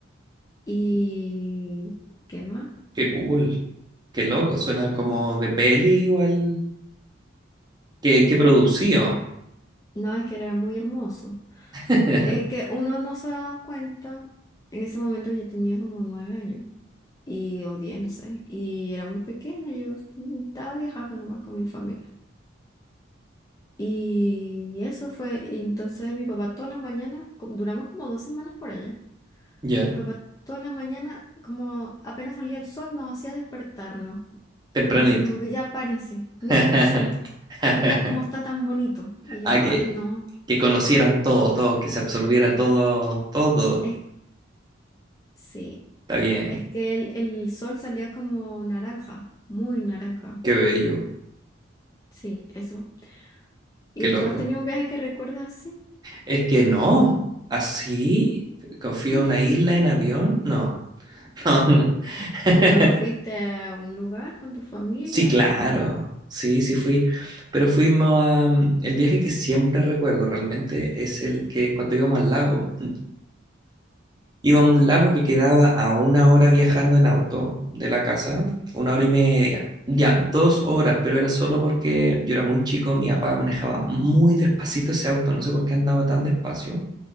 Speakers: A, on the left; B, on the right.
A: ¿Y qué más?
B: Qué cool. Qué loco, suena como de peli igual. Qué, qué producido.
A: No, es que era muy hermoso.
B: <laughs>
A: Es que uno no se da cuenta. En ese momento yo tenía como nueve años y o diez, no sé. Y era muy pequeña. Yo estaba viajando nomás con mi familia. Y eso fue. y entonces mi papá todas las mañanas, co- duramos como dos semanas por allá.
B: Ya,
A: Mi papá todas las mañanas, como apenas salía el sol, nos hacía despertarnos.
B: tempranito.
A: Así como que ya párense,
B: <laughs>
A: miren al sol, mira cómo está tan bonito. Y yo,
B: Ah, que,
A: ay, no.
B: que conocieran todo, todo, que se absorbiera
A: Sí.
B: todo, todo, todo.
A: Es, sí.
B: Está bien.
A: Es que el, el sol salía como naranja, muy naranja.
B: Qué bello,
A: Sí, eso. ¿Y
B: qué loco.
A: tú has tenido un viaje que recuerdas así?
B: Es que no, así, confío
A: <laughs>
B: en una isla en avión, no, <laughs> no, no. <laughs>
A: Pero no fuiste a un lugar con tu familia,
B: Sí, claro,
A: así como
B: sí, sí fui, pero fuimos a... mm, El viaje que siempre recuerdo realmente es el que cuando íbamos al lago, mm, íbamos a un lago que quedaba a una hora viajando en auto de la casa, una hora y media, ya dos horas, pero era solo porque yo era muy chico, mi papá manejaba muy despacito ese auto, no sé por qué andaba tan despacio,